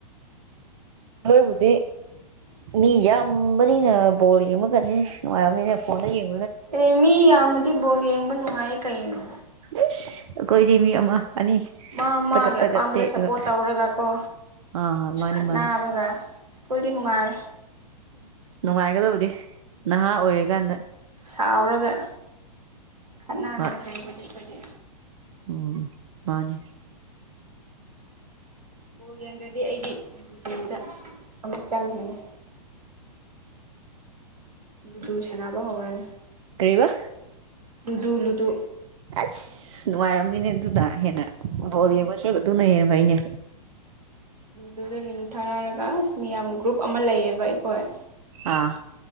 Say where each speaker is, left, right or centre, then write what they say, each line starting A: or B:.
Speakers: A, on the right; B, on the right.
A: ꯅꯣꯏꯕꯨꯗꯤ ꯃꯤ ꯌꯥꯝꯕꯅꯤꯅ ꯕꯣꯜ ꯌꯦꯡꯕ ꯀꯁꯤ ꯅꯨꯡꯉꯥꯏꯔꯕꯅꯤꯅ ꯐꯣꯟꯗ ꯌꯦꯡꯕ
B: ꯑꯦ ꯃꯤ ꯌꯥꯝꯃꯗꯤ ꯕꯣꯜ ꯌꯦ ꯅꯨꯉꯥꯏ ꯀꯩꯩꯅꯣ
A: ꯎꯁ ꯑꯈꯣꯏꯗꯤꯃꯤ ꯑꯃ ꯑꯅꯤ
B: ꯃꯥ ꯃꯥꯒꯤ
A: ꯇꯒꯠ ꯇꯒꯠ
B: ꯑꯄꯥꯝꯕꯗ
A: ꯇꯦꯛꯑꯒ
B: ꯁꯞꯄꯣꯔꯠ ꯇꯧꯔꯒꯀꯣ
A: ꯑꯥ ꯃꯥꯅꯦ
B: ꯈꯠꯅꯕꯒ
A: ꯃꯥꯅꯦ
B: ꯑꯈꯣꯢꯗꯤ ꯅꯨꯡꯉꯥꯔꯦ
A: ꯅꯨꯡꯉꯥꯏꯒꯗꯕꯗꯤ ꯅꯍꯥ ꯑꯣꯏꯔꯤꯀꯥꯟꯗ
B: ꯊꯥꯎꯔꯒ ꯀꯅꯥꯔꯒ
A: ꯍꯣꯏ
B: ꯂꯩꯕꯅꯦ ꯑꯈꯣꯢꯗꯤ
A: ꯎꯝ ꯃꯥꯅꯤ
B: ꯕꯨ ꯂꯩꯔꯝꯗ꯭ꯔꯗꯤ ꯑꯩꯗꯤ ꯕꯨꯗ ꯑꯃꯨꯛ ꯆꯪꯒꯤꯅꯤ ꯎꯝꯗꯨ ꯁꯥꯟꯅꯕ ꯍꯧꯔꯅꯤ
A: ꯀꯔꯤ ꯕꯥ
B: ꯂꯨꯗꯨ ꯂꯨꯗꯨ
A: ꯑꯁ ꯅꯨꯡꯉꯥꯏꯔꯝꯅꯤꯅꯦ ꯑꯗꯨꯗ ꯍꯦꯟꯅ
B: ꯎꯝ
A: ꯕꯣꯜ ꯌꯦꯡꯕ ꯁꯔꯨꯛ ꯑꯗꯨꯅ ꯌꯦꯡꯕꯩꯅꯦ
B: ꯗ ꯂ ꯊꯥꯅꯔꯒ ꯑꯁ ꯃꯤꯌꯥꯝ ꯒ꯭ꯔꯨꯞ ꯑꯃ ꯂꯩꯌꯦꯕ ꯑꯩꯈꯣꯏ
A: ꯑꯥ